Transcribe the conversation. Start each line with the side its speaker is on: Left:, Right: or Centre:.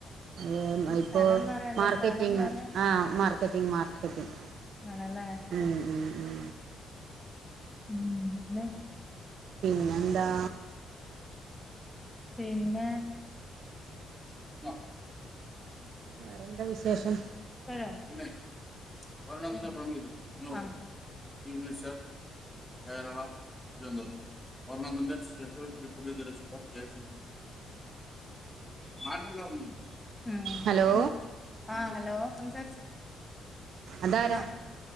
Right: ഏ ഇപ്പോ
Centre: സ്ഥലം പറയല്ലേ
Right: മാർക്കറ്റിങ്
Centre: സ്ഥലം പറ
Right: ആ മാർക്കറ്റിങ് മാർക്കറ്റിങ്
Centre: ആണല്ലേ
Right: ഉം ഉം ഉം
Centre: ഉം മ്മേ
Right: പിന്നെന്താ.
Centre: പിന്നെ നൊ
Right: വേറെന്താ വിശേഷം
Centre: <unintelligible> പിന്നെ ഒരെണ്ണം തന്നെ from myth <inaudible> യുമിസഫ് Keralam, Thiruvananthapuram. One മന്തിന്റെ <unintelligible> ഒ <unintelligible> നാട്ടില് വന്ന്ണ് ഉം
Right: ഹലോ
Centre: ആ ഹലോ സംസാരിച്ചൊ
Right: അതാരാ
Centre: അഹാ